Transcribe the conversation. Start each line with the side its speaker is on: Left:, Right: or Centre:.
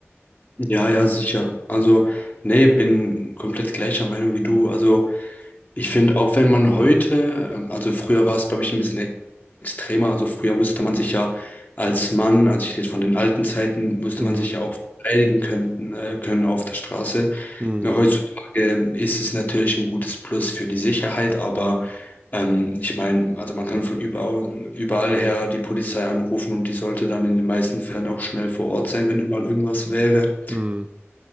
Left: Ja, ja, sicher. Also, nee, bin komplett gleicher Meinung wie du. Also, ich finde, auch wenn man heute, ähm, also früher war es, glaube ich, ein bisschen ex- extremer. Also, früher musste man sich ja als Mann, also ich rede von den alten Zeiten, musste
Right: Mhm,
Left: man sich ja auch verteidigen können, äh, können auf der Straße.
Right: mh,
Left: Ja, Heutzutage ist es natürlich ein gutes Plus für die Sicherheit, aber ähm, ich meine, also man kann von überall, überall her die Polizei anrufen und die sollte dann in den meisten Fällen auch schnell vor Ort sein, wenn überall irgendwas wäre
Right: mh,